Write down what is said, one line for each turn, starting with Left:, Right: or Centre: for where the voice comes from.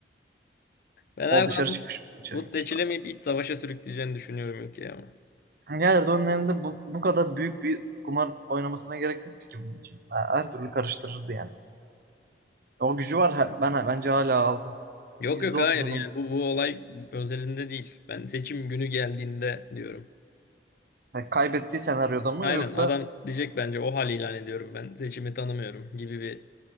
Left: Ben Erdoğan'ın
Right: O dışarı çıkmış, dışarı
Left: bu
Right: gitmiş
Left: seçilemeyip
Right: falan.
Left: iç savaşa sürükleyeceğini düşünüyorum ülkeyi ama.
Right: Ya Erdoğan'ın elinde bu, bu kadar büyük bir kumar oynamasına gerek yoktu ki bunun için. Ha, Her türlü karıştırırdı yani. O gücü var. Ha- Ben bence hala halkın
Left: Yok
Right: %30'unun
Left: yok hayır yani bu bu olay özelinde değil. Ben seçim günü geldiğinde diyorum.
Right: yani kaybettiği senaryoda mı
Left: Aynen
Right: yoksa
Left: adam diyecek bence o hal ilan ediyorum ben seçimi tanımıyorum gibi bir